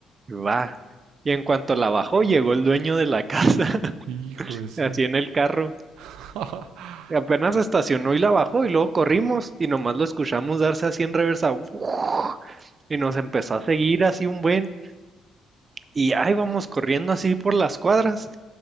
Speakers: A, on the right; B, on the right.
A: Va. Y en cuanto la bajó, llegó el dueño de la casa, <laughs>
B: Hijo eso.
A: así en el carro.
B: <laughs>
A: Apenas estacionó y la bajó y luego corrimos y nomás lo escuchamos darse así en reversa. <laughs> Y nos empezó a seguir así un buen. Y ahí vamos corriendo así por las cuadras